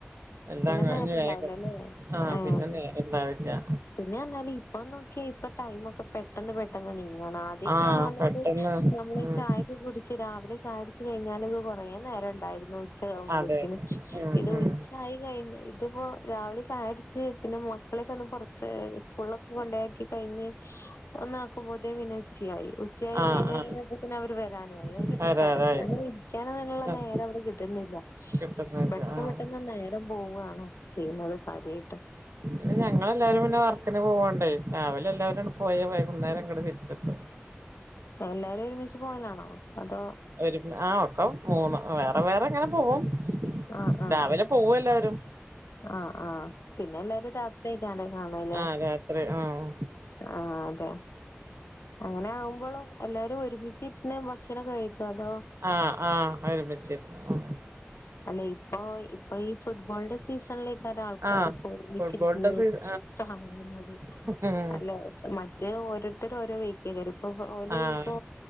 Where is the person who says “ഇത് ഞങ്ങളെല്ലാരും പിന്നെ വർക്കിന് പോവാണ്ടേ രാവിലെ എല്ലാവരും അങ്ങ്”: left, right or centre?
Right